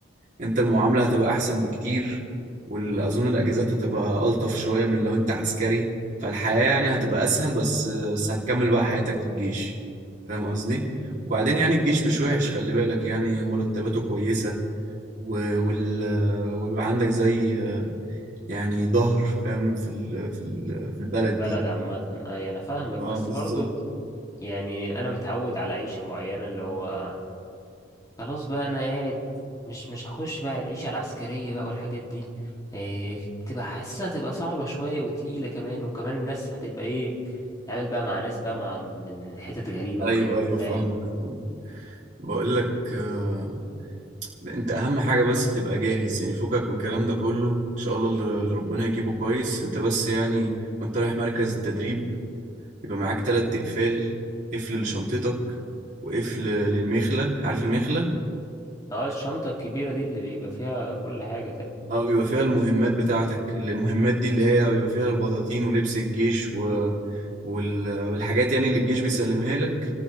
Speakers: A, on the right; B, on the left.
A: انت المعاملة هتبقى احسن بكتير واظن الاجازات هتبقى الطف شوية من لو انت عسكري فالحياة يعني هتبقى اسهل بس بس هتكمل بقى حياتك في الجيش فاهم قصدي وبعدين يعني الجيش مش وحش خلي بالك يعني مرتباته كويسة و- وال... ويبقى عندك زي يعني ظهر فاهم في ال... في ال... في البلد
B: في البلد
A: دي
B: عامة أي أنا فاهمك بس
A: اه بالظبط
B: برضو يعني أنا متعود على عيشة معينة اللي هو خلاص بقى أنا قاعد مش مش هخش بقى العيشة العسكرية بقى والحاجات دي إيه بتبقى حاسسها تبقى صعبة شوية وتقيلة كمان وكمان الناس هتبقى إيه تعمل بقى مع ناس بقى مع من من حتت غريبة
A: ايوه
B: وكده أنت
A: ايوه
B: فاهم
A: فاهمك فاهمك. بقول لك آه، انت اهم حاجة بس تبقى جاهز يعني فكك من الكلام ده كله ان شاء الله اللي اللي ربنا يجيبه كويس انت بس يعني وانت رايح مركز التدريب يبقى معاك تلات اقفال قفل لشنطتك وقفل للمخلة عارف المخلة
B: اه الشنطة الكبيرة دي اللي بيبقى فيها كل حاجة تقريبا
A: اه بيبقى فيها المهمات بتاعتك المهمات دي اللي هي بيبقى فيها البطاطين ولبس الجيش و... وال... والحاجات يعني اللي الجيش بيسلمها لك